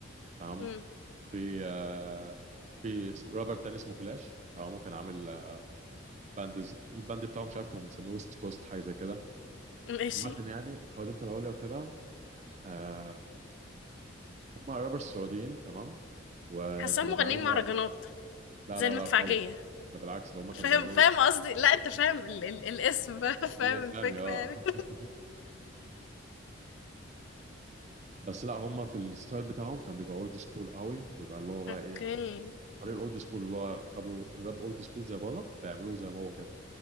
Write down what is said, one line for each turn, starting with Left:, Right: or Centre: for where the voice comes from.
Right: تمام
Left: امم
Right: في آه، في اسمه رابر تاني اسمه كلاش تمام كان عامل آه، باند ز- الباند بتاعه مش عارف كان مسميه ويست كوست حاجه زي كده
Left: ماشي
Right: عامه يعني القيادات العليا وكده آه، هم رابرز سعوديين تمام وكانوا
Left: حاسه مغنيين
Right: بيعملوا بقى
Left: مهرجانات
Right: لا
Left: زي
Right: لا
Left: المدفعجيه
Right: لا خالص ده بالعكس ده هم كانوا
Left: فاهم
Right: بيعملوا
Left: فاهم قصدي لا انت فاهم ال ال الاسم بقى، <laughs> فاهم
Right: الاسلامي
Left: الفكره
Right: اه
Left: يعني
Right: <laughs> بس لا هم في الستايل بتاعهم كان بيبقى اولد سكول قوي بيبقى اللي هو بقى
Left: <laughs> اوكي
Right: ايه طريق الاولد سكول اللي هو خدوا الراب اولد سكول زي بره وبيعملوه زي ما هو كده